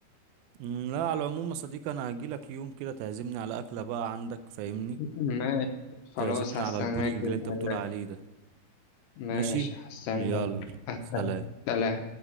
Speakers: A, on the right (about 80°); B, on the left (about 70°).
A: مم، لا على العموم يا صديقي انا هجيلك يوم كده تعزمني على اكله بقى عندك فاهمني
B: ماشي خلاص
A: تعزمني
B: هستناك
A: على البودنج
B: بإذن
A: اللي انت بتقول
B: الله
A: عليه ده
B: ماشي
A: ماشي
B: هستناك
A: يلا
B: هستناك
A: سلام
B: سلام